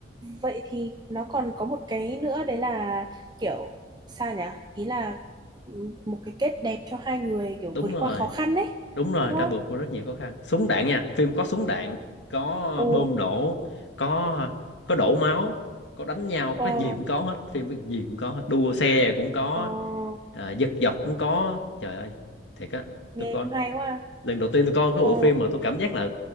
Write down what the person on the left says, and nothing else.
đúng
rồi
đúng rồi
đã
vượt qua rất nhiều khó khăn súng đạn nha phim có súng đạn có
bơm nổ có có đổ máu có đánh nhau có
gì cũng có hết phim có gì cũng có hết đua xe cũng có
à, giật dọc cũng có trời ơi thiệt á
tôi có
lần đầu tiên tôi coi cái
bộ phim mà tôi cảm giác là